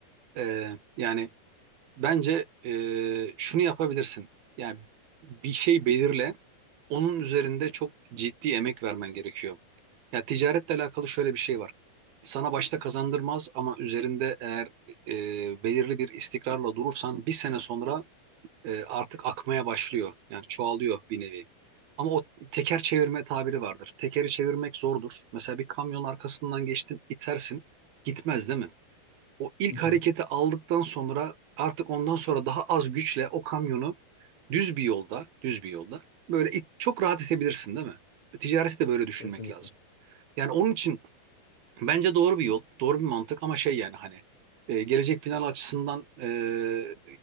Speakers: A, on the right (about 75°); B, on the left (about 35°).
A: E, yani bence e, şunu yapabilirsin. Yani bir şey belirle, onun üzerinde çok ciddi emek vermen gerekiyor. Ya ticaretle alakalı şöyle bir şey var. Sana başta kazandırmaz ama üzerinde eğer e, belirli bir istikrarla durursan bir sene sonra e, artık akmaya başlıyor. Yani çoğalıyor bir nevi. Ama o teker çevirme tabiri vardır. Tekeri çevirmek zordur. Mesela bir kamyonun arkasından geçtin, itersin, gitmez değil mi? O ilk
B: Hı hı,
A: hareketi aldıktan sonra artık ondan sonra daha az güçle o kamyonu düz bir yolda, düz bir yolda böyle it, çok rahat itebilirsin değil mi? Ticareti de böyle düşünmek
B: kesinlikle.
A: lazım. Yani onun için Bence doğru bir yol, doğru bir mantık ama şey yani hani e, gelecek planı açısından e,